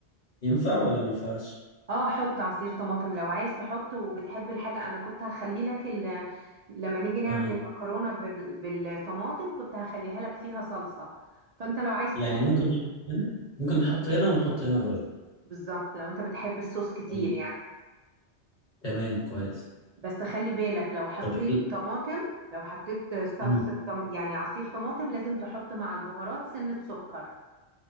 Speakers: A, on the left; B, on the right.
A: ينفع ولا ما ينفعش
B: اه حط عصير طماطم لو عايز تحط وبتحب الحاجة انا كنت هخلي لك ال... لما نيجي نعمل
A: اه
B: المكرونة بال... بالطماطم كنت هخليها لك فيها صلصة فانت لو عايز
A: يعني
B: تحط
A: ممكن نحط هنا ممكن نحط هنا ونحط هنا برضه
B: بالظبط لو انت بتحب الصوص كتير
A: تمام
B: يعني
A: تمام، كويس
B: بس خلي بالك لو حطيت
A: طب ال-
B: طماطم لو حطيت صلصة
A: مم.
B: طم... يعني عصير طماطم لازم تحط مع البهارات سنة سكر